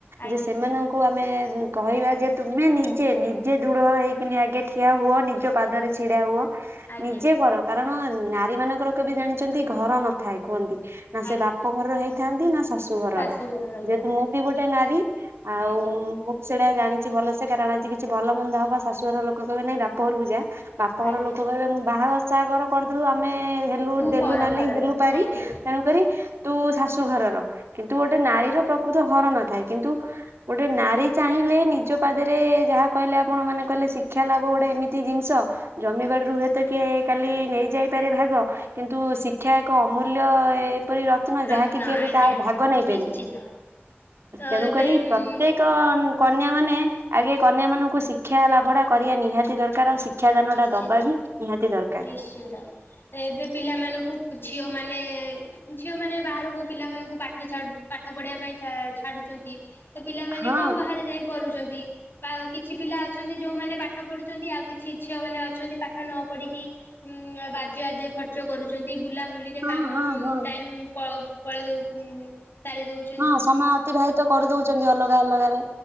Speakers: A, on the left; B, on the right.
A: ଆଜ୍ଞା
B: ଯେ ସେମାନଙ୍କୁ ଆମେ କହିବା ଯେ ତୁମେ ନିଜେ ନିଜେ ଦୂଢ ହେଇକିନି ଆଗେ ଠିଆ ହୁଅ ନିଜ ପାଦରେ ଛିଡା ହୁଅ
A: ଆଜ୍ଞା
B: ନିଜେ କର। କାରଣ ନାରୀ ମାନଙ୍କର କେବେ ଜାଣିଛନ୍ତି ଘର ନଥାଏ କୁହନ୍ତି ନା ସେ
A: ଆଜ୍ଞା
B: ବାପ ଘରର ହେଇ- ଥାନ୍ତି ନା ଶାଶୁ ଘରର।
A: ଶାଶୁଘରେ ରହିଥାନ୍ତି
B: ଯେହେତୁ ମୁଁ ବି ଗୋଟେ ନାରୀ ଆଉ-
A: ଆଜ୍ଞା
B: ସେଇଟା ଜାଣିଛି ଭଲସେ କାରଣ ଆଜି କିଛି ଭଲ ମନ୍ଦ ହବ ଶାଶୁଘ ଘର ଲୋକ କହିବେ ନାଇଁ ବାପରକୁୁ ଯା। ବାପଘର
A: ଆଜ୍ଞା
B: ଲୋକ କହିବେ ମୁଁ ବାହାଘର ସାହାଘର କରିଦେଲୁ ଆମେ- ତ
A: ତୁ
B: ଦେଲୁ
A: ପର
B: ନାଲି
A: ଘରର
B: ହେଲୁ ପାରି
A: ଆଜ୍ଞା
B: ତେଣୁ କରି- ତୁ ଶାଶୁ ଘରର କିନ୍ତୁ ଗୋଟେ ନାରୀର ପ୍ରକୃତ ଘର ନଥାଏ କିନ୍ତୁ- ଗୋଟେ ନାରୀ ଚାହିଁଲେ ନିଜ ପାଦରେ ଯାହା- କହିଲେ ଆପଣ ମାନେ କହିଲେ ଶିକ୍ଷା ଲାଭ ଗୋଟେ ଏମିତି ଜିନିଷ- ଜମିବାଡିରୁ ହୁଏତ କିଏ କାଲି ନେଇଯାଇପାରେ ଭାଗ- କିନ୍ତୁ ଶିକ୍ଷା ଏକ ଅମୂଲ୍ୟ ଏପରି ର- ଯାହାକି
A: ରତ୍ନ
B: କେବେ
A: ଆଜ୍ଞା
B: କା ଭାଗ ନେବେନି।
A: ନିଶ୍ଚିନ୍ତ ତ
B: ତେଣୁ
A: ଏବେ
B: କରିରି
A: ଉଁ
B: ପ୍ରତ୍ୟେକ- କନ୍ୟା ମାନେ ଆଗେ କନ୍ୟା ମାନଙ୍କୁ ଶିକ୍ଷା ଲାଭଟା କରିବା ନିହାତି ଦରକାର ଆଉ- ଶିକ୍ଷାଦାନ
A: ନିଶ୍ଚିନ୍ତ
B: ଟା ଦବାବି ନିହାତି ଦରକାର।
A: ନିଶ୍ଚିନ୍ତ। ଏବେ ପିଲାମାନଙ୍କୁ ଝିଅମାନେ- ଝିଅମାନେ ବାହାରକୁ ପିଲାମାନଙ୍କୁ ପାଠ ପାଠ ପଢେଇବା ପାଇଁ ଛାଡୁଛନ୍ତି। ତ ପିଲାମାନେ
B: ହଁ
A: କଣ ବାହାରେ ଯାଇ କରୁଛନ୍ତି। କିଛି ପିଲା ଅଛନ୍ତି ଯୋଉମାନେ ପାଠ ପଢୁଛନ୍ତି ଆଉ- ସେ ଝିଅମାନେ ଅଛନ୍ତି ପାଠ ନ ପଢ଼ିକି ବାଜେ ଆଜେ ଖର୍ଚ୍ଚ କରୁଛନ୍ତି ବୁଲାବୁଲି- ସେ
B: ହଁ
A: କାମ
B: ହଁ ହଁ
A: ଟାଇମ ପଳଉ ପଳେଇ ଦୋଉ ଉଁ ସାରି ଦଉଛି।
B: ହଁ ସମୟ ଅତିବାହିତ କରିଦଉଛନ୍ତି ଅଲଗା ଅଲଗାରେ।